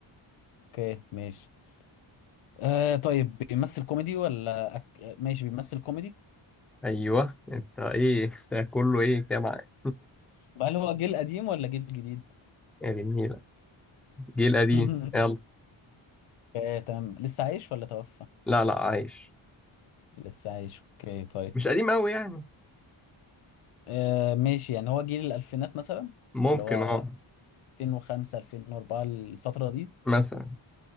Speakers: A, on the left; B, in the centre.
A: اوكي ماشي آه طيب بيمثل كوميدي ولا أك... ماشي بيمثل كوميدي
B: ايوه انت ايه <laughs> ده كله ايه كده معاك
A: طب هل هو جيل قديم ولا جيل جديد؟
B: <laughs> يا دي النيله جيل قديم
A: <laughs>
B: يلا
A: آه تمام لسه عايش ولا توفى؟
B: لا لا عايش
A: لسه عايش اوكي طيب
B: مش قديم قوي يعني
A: آه ماشي يعني هو جيل الألفينات مثلا
B: ممكن
A: اللي هو
B: اه
A: 2005 2004 الفترة دي
B: مثلا